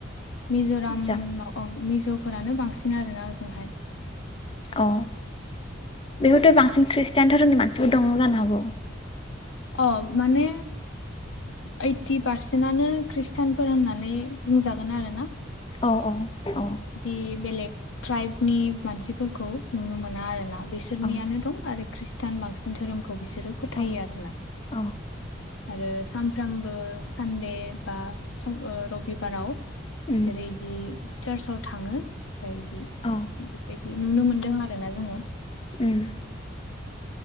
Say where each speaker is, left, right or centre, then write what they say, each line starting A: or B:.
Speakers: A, on the left; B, on the left.
A: मिज'रामाव
B: आदसा
A: औ मिज'फोरानो बां सिन आरोना ओजोंहाय।
B: अ बेखैथ' बांसिन ख्रिषटान धोरोमनि मानसिफोर दं जानो हागौ?
A: अ माने ओइग्टि पारसेन्टनो ख्रिस्टानफोर होननानै बुंजागोन आरो ना
B: औ औ। औ
A: बिदि बेलेग ट्राइबनि मानसिफोरखौ नुनो मोना आरो ना बिसोरनियानो
B: औ
A: दं आरो खृस तान बांसिन धोरोमखौ बिसोरो फोथायो
B: औ
A: आरोना
B: औ
A: आरो सानफ्रामबो सानडेय बा ओ रबिबाराव
B: उम
A: जेरै इदि चार्चआव थाङो। बायदि
B: औ
A: नुनो मोनदों आरो ना जोङो।
B: उम।